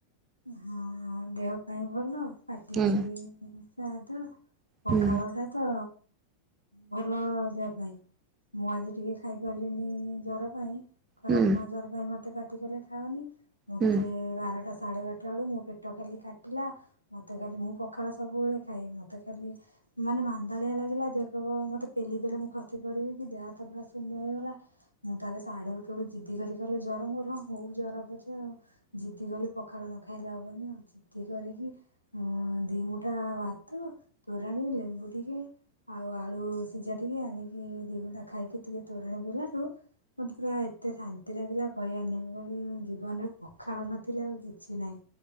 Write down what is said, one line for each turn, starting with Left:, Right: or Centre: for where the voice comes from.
Left: ହଁ ଦେହ ପାଇଁ ଭଲ ପାଟିକି
Right: ହୁଁ
Left: ବି ସାଦ ପଖାଳ
Right: ହୁଁ
Left: ଟା ତ ଭଲ ଦେହ ପାଇଁ ମୁଁ ଆଜି ଟିକେ ଖାଇପାରିଲିନି ଜ୍ର ପାଇଁ ଖରାଦିନ
Right: ହୁଁ
Left: ଜର ପାଇଁ ମୋତେ ପାଟି କଲେ ଖାାଉନି ମତେ
Right: ହୁଁ
Left: ବାରଟା ସାଢ଼େ ବାରଟା ବେୁ ମୋ ପେଟ ଖାଲି କାଟିଲା ମୋତେ ଖାଲି ମୁଁ ପଖାଳ ସବୁବେଳେ ଖାଏ ମୋତେ ଖାଲି ମାନେ ମାନ୍ଦାଳିଆ ଲାଗିଲା ଦେ କହ ମତେ ପେଲି ବେଲେ ମୁଁ ଖସି ପଡିବି କି ଦେହ ତ ପୁରା ଶୂନ୍ୟ ହେଇଗଲା ମୁଁ ତାର ଶାଢୀ ଉଠେ ବଠୁ ଜିଦି କହଲି ଜରମ ଗ ହଁ ହଉ ଜର ଅଛେ ଆଉ ଜିଦି କଲି ପଖାଳୁ ନ ଖାଇଲେ ହବନି ଆଉ ଚିତି କରିକି ଦିମଠା ଭାତ ତୋରାଣ ିଲେମ୍ବୁଧିକେ ଆଉ ଆଳୁ ସିଝା ଟିକେ ଆଣିକି ଦି ଗୁଣ୍ଡା ଖାଇକି ଟିକେ ତୋରାଣ ପିଇିଲାଠୁ ମତେ ପୁରା ଏତେ ଶାନ୍ତି ଲାଗିଲା କହିବନି ବୋଲି ଜୀବନରେ ପଖାଳ ନଥିଲା ଆଉ କିଛି କିଛି ନାଇଁ